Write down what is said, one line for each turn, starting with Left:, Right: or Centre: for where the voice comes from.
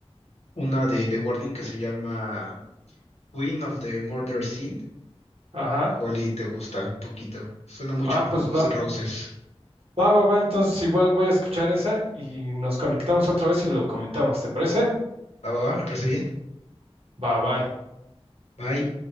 Left: una de The Warning que se llama Queen of the Murder Scene.
Right: Ajá.
Left: Igual y te gusta un poquito. Suena mucho
Right: Ah,
Left: como
Right: pues
Left: Guns
Right: va.
Left: N' Roses.
Right: Va, va, va, entonces igual voy a escuchar esa y nos conectamos otra vez y lo comentamos, ¿te parece?
Left: Va, va, va, me parece bien.
Right: Va, bye.
Left: Bye.